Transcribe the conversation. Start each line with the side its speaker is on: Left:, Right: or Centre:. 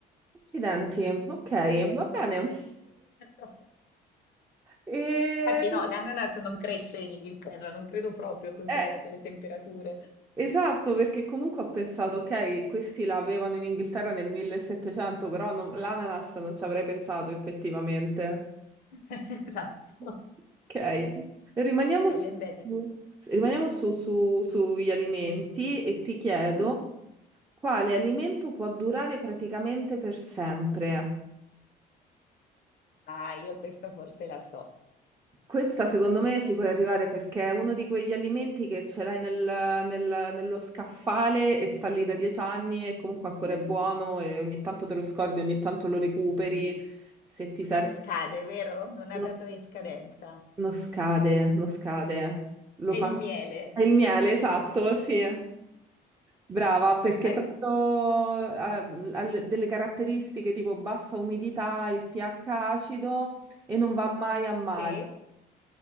Right: Accidenti, ok, va bene. <laughs>
Left: <laughs>
Right: E-
Left: Infatti no, l'ananas non cresce in Inghilterra, non credo proprio, considerate
Right: eh,
Left: le temperature.
Right: esatto, perché comunque ho pensato, ok, questi la avevano in Inghilterra nel 1700, però non- l'ananas non ci avrei pensato effettivamente.
Left: <laughs> Esatto.
Right: Ok, rimaniamo
Left: Bene,
Right: su,
Left: bene.
Right: rimaniamo su- su- sugli alimenti e ti chiedo
Left: Mm.
Right: quale alimento può durare praticamente per sempre?
Left: Ah, io questa forse la so.
Right: Questa secondo me ci puoi arrivare perché è uno di quegli alimenti che ce l'hai nel- nel- nello scaffale e sta lì da dieci anni e comunque ancora è buono e ogni tanto te lo scordi, ogni tanto lo recuperi. Se ti serve,
Left: Non scade, vero? Non ha
Right: no-
Left: data di scadenza.
Right: non scade, non scade. Lo
Left: È
Right: fa
Left: il miele.
Right: il miele, esatto, sì. Brava, perché
Left: Hai-
Right: proprio ha, ha le- delle caratteristiche tipo bassa umidità, il pH acido e non va mai a male.
Left: Sì,